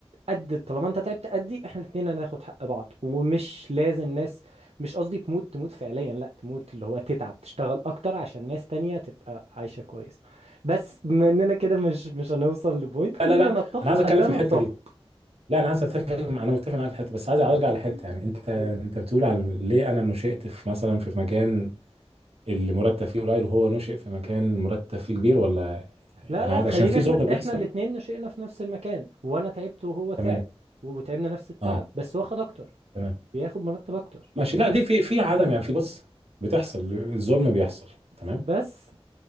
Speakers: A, on the right; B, on the right.
A: قد طالما انت تعبت قدي احنا الاتنين هناخد حق بعض ومش لازم ناس مش قصدي تموت تموت فعليا لا تموت اللي هو تتعب تشتغل اكتر عشان ناس تانية تبقى عايشة كويس بس بما اننا كده مش مش هنوصل لبوينت خلينا
B: لا لا لا
A: نتفق
B: انا عايز اتكلم
A: ان لا
B: في
A: نتفق
B: الحته دي لا انا عايز اتفق انا متفق معاك في الحته بس عايز ارجع لحته
A: مم.
B: يعني انت انت
A: قول.
B: بتقول على ليه انا نشأت في مثلا في مكان اللي مرتب فيه قليل وهو نشأ في مكان مرتب فيه كبير ولا
A: لا
B: انا
A: لا
B: عايز
A: خلينا
B: عشان في
A: احنا
B: ظلم بيحصل
A: احنا الاتنين نشئنا في نفس المكان وانا تعبت وهو تعب
B: تمام
A: وتعبنا نفس التعب
B: اه
A: بس هو خد اكتر
B: تمام
A: بياخد مرتب اكتر
B: ماشي لا دي في في عدم يعني في بص بتحصل الظلم بيحصل تمام
A: بس